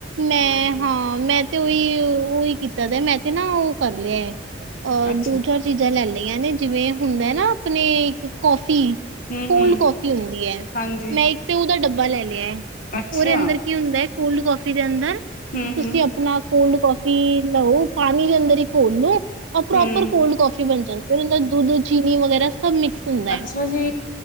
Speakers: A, on the right; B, on the left.
A: ਮੈਂ
B: ਹਾਂਜੀ
A: ਹਾਂ ਮੈਂ ਤੇ ਉਹੀ। ਉਹੀ ਕੀਤਾ ਤੇ ਮੈਂ ਤੇ ਨਾ ਉਹ ਕਰ ਲਿਆ। ਅ
B: ਅੱਛਾ
A: ਦੋ ਚਾਰ ਚੀਜਾਂ ਲੇ ਲਈ। ਨੇ ਜਿਵੇਂ ਹੁੰਦਾ ਨਾ ਆਪਣੇ ਇੱਕ ਕੌਫੀ।
B: ਹੂੰ
A: ਕੋਲਡ
B: ਹੂੰ
A: ਕੌਫੀ ਹੁੰਦੀ ਹੈ।
B: ਹਾਂਜੀ
A: ਮੈਂ ਇੱਕ ਤੇ ਉਹਦਾ ਡੱਬਾ। ਬਾ ਲਿਆ ਏ।
B: ਅੱਛਾ
A: ਉਹਦੇ ਅੰਦਰ ਕੀ ਹੁੰਦਾ। ਕੋਲਡ ਕੌਫੀ ਦੇ ਅੰਦਰ।
B: ਹੂੰ
A: ਤੁਸੀਂ
B: ਹੂੰ
A: ਆਪਣਾ। ਕੋਲਡ ਕੌਫੀ ਲਓ ਪਾਣੀ ਦੇ ਅੰਦਰ ਹੀ ਘੋਲੋ। ਉਹ ਪ੍ਰੋਪਰ
B: ਹੂੰ
A: ਕੋਲਡ ਕੌਫੀ ਬਣ ਜਾਣ। ਫਿਰ ਉਂਦੇ ਦੁਧ ਚੀਨੀ ਵਗੈਰਾ। ਸਭ ਮਿਕਸ ਹੁੰਦਾ ਐ।
B: ਅੱਛਾ ਜੀ